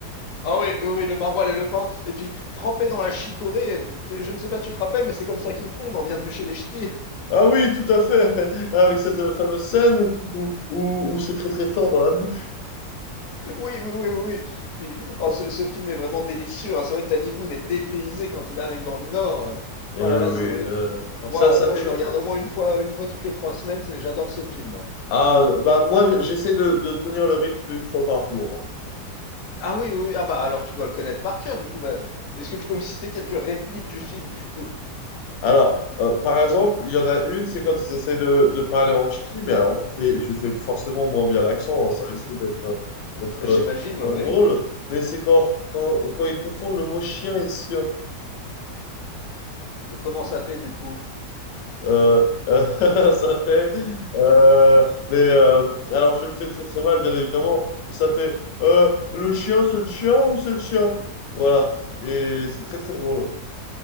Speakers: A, on the left (about 65°); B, on the left (about 80°).
A: Ah oui, oui, oui, le maroilles et le pain, et puis trempé dans la chicorée, c'est- je ne sais pas si tu te rappelles, mais c'est comme ça qu'ils font dans Bienvenue chez les Ch'tis. <laughs>
B: Ah oui, tout à fait. <laughs> Avec cette euh, fameuse scène où, où, où, où c'est très très fort dans la bouche.
A: Oui, oui, oui, oui, oui. Puis, oh, ce, ce film est vraiment délicieux, hein. C'est vrai que Danny Boone est dépaysé quand il arrive dans le Nord. euh.
B: Et
A: Oh
B: oui,
A: là là, c'est,
B: oui, euh,
A: moi,
B: ça, ça
A: moi,
B: fait...
A: je le regarde
B: ça-
A: au moins une fois, une fois toutes les trois semaines, c'est- j'adore ce film. hein.
B: Ah, bah moi, j'essaie de, de tenir le rythme d'une fois par jour. hein.
A: Ah oui, oui, oui, ah bah, alors tu dois le connaître par cœur, du coup, bah, est-ce que tu peux me citer quelques répliques du film, du coup?
B: Alors, euh, par exemple, il y en a une, c'est quand ils essayent de, de parler en ch'ti, mais alors je fais, je fais forcément moins bien l'accent, hein, ça risque d'être euh, d'être
A: J'imagine,
B: euh, moins
A: ouais.
B: drôle, mais c'est quand, quand, quand ils confondent le mot chien et sien.
A: Comment ça fait, du coup?
B: Euh, euh, <laughs> ça fait. euh, mais euh, alors, je le fais très très mal, bien évidemment, mais ça fait euh, le chien, c'est le chien ou c'est le chien? Voilà, et c'est très très drôle.